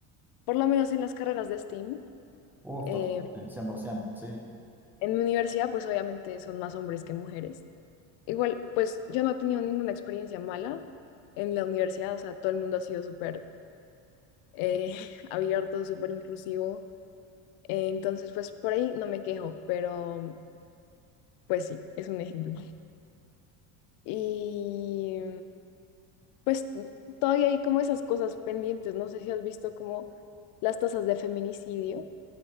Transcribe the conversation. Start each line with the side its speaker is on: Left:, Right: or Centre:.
Left: por lo menos en las carreras de STEAM.
Centre: Uf,
Left: Eh,
Centre: total, 100%, sí.
Left: en mi universidad, pues obviamente son más hombres que mujeres. Igual, pues yo no he tenido ninguna experiencia mala en la universidad, o sea, todo el mundo ha sido súper eh, <laughs> abierto, súper inclusivo. Eh, entonces, pues por ahí no me quejo, pero pues sí, es un ejemplo. Y pues todavía hay como esas cosas pendientes, no sé si has visto como las tasas de feminicidio.